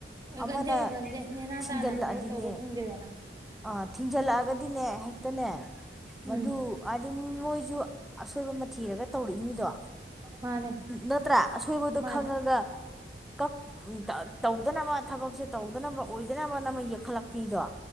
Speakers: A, on the right; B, in the centre.
A: ꯑꯣꯏꯒꯟꯗꯦ
B: ꯑꯃꯅ
A: ꯑꯣꯏꯒꯟꯗꯦ ꯅꯦꯅꯥ
B: ꯊꯤꯡꯖꯤꯜꯂꯛꯑꯗꯤꯅꯦ
A: ꯇꯥꯅ ꯊꯕꯛ ꯇꯧꯕ ꯐꯪꯗꯦꯗꯅ
B: ꯑꯥ ꯊꯤꯡꯖꯜꯂꯛꯑꯒꯗꯤꯅꯦ ꯛꯇꯅꯦ ꯃꯗꯨ
A: ꯎꯝ
B: ꯍꯥꯏꯗꯤ ꯃꯣꯏꯁꯨ ꯑꯁꯣꯏꯕ ꯑꯃ ꯊꯤꯔꯒ ꯇꯧꯔꯛ ꯏꯃꯤꯗꯣ
A: ꯃꯥꯅꯦ
B: ꯅꯠꯇ꯭ꯔꯥ ꯑꯁꯣꯏꯕꯗ
A: ꯃꯥꯅꯦ
B: ꯈꯪꯉꯒ ꯀꯛ ꯇꯧꯗꯅꯕ ꯊꯕꯛꯁꯦ ꯇꯧꯗꯅꯕ ꯑꯣꯏꯗꯅꯕ ꯑꯃꯥ ꯌꯦꯛꯈꯠꯂꯛꯅꯤꯗꯣ